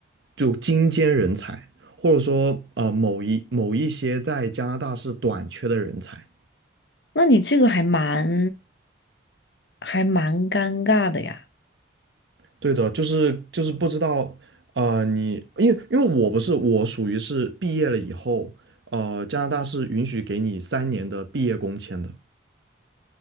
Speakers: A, on the right; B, on the left.
A: 就精尖人才，或者说呃某一某一些在加拿大是短缺的人才。
B: 那你这个还蛮还蛮尴尬的呀。
A: 对的，就是就是不知道呃你，因为因为我不是我属于是毕业了以后，呃加拿大是允许给你三年的毕业工签的。